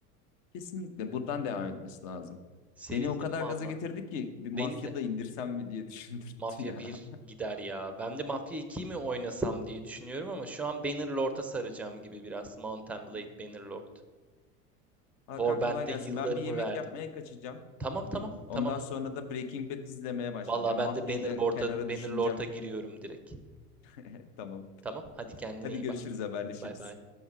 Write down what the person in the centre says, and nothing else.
Sevindim
valla.
Beni de.
Mafya
bir gider ya. Ben de Mafya 2'yi mi oynasam diye düşünüyorum ama şu an Bannerlord'a saracağım gibi biraz. Mount and
Blade Bannerlord.
Warband'de
yıllarımı
verdim.
Tamam tamam
tamam.
Vallahi ben
de Bannerlord'a
Bannerlord'a
giriyorum direkt.
Tamam hadi kendine
iyi
bak.
Bay bay.